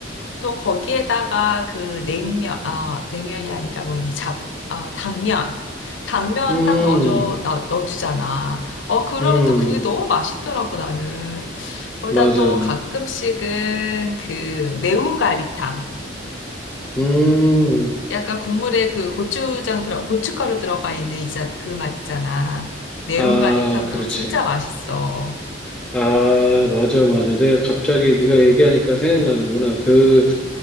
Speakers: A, on the left; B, in the centre.
A: 또 거기에다가 그 냉면, 아, 냉면이 아니라 뭐니, 잡, 아, 당면. 당면
B: 음,
A: 딱 넣어줘, 넣, 넣어주잖아. 어, 그러면
B: 음,
A: 또 그게 너무 맛있더라고, 나는. 거기다
B: 맞아.
A: 또 가끔씩은 그 매운 갈비탕.
B: 음,
A: 약간 국물에 그 고추장 들어, 고춧가루 들어가 있는 이자, 그 맛 있잖아. 매운
B: 아,
A: 갈비탕도
B: 그렇지.
A: 진짜 맛있어.
B: 아, 맞아, 맞아. 내가 갑자기 네가 얘기하니까 생각나는구나. 그